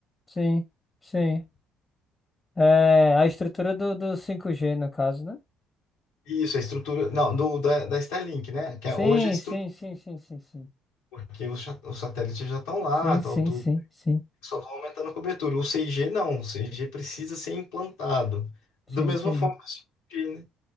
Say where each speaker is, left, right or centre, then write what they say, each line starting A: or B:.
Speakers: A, on the left; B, on the left.
A: Sim, sim. É, a estrutura do, do cinco g no caso, né?
B: Isso, a estrutura. Não, do, da, da Starlink, né? Que
A: Sim,
B: é- hoje a estrutura,
A: sim, sim, sim, sim, sim.
B: porque os, cha- os satélites já estão lá,
A: Sim,
B: tal,
A: sim,
B: tudo.
A: sim, sim,
B: Só vão aumentando a cobertura. O 6G não, o 6G precisa ser implantado.
A: sim,
B: Da mesma
A: entendi.
B: forma que o 5G, né?